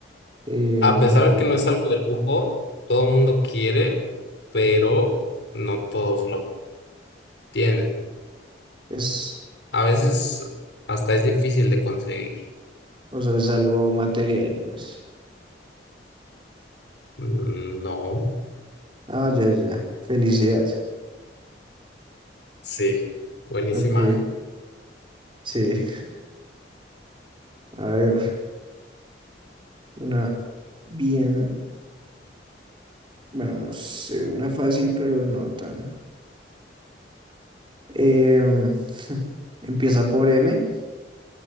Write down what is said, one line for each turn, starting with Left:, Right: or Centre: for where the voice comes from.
Right: Eh,
Left: A
Right: mm,
Left: pesar que no es algo de lujo, todo el mundo quiere, pero no todos lo tienen.
Right: es,
Left: A veces hasta es difícil de conseguir.
Right: o sea, es algo material, pues.
Left: Mm, No.
Right: Ah, ya, ya, ya. Felicidad. <laughs>
Left: Sí, buenísima,
Right: Ok, sí. A ver, una bien. Bueno, no sé, una fácil, pero no tan. Em, <laughs> empieza por M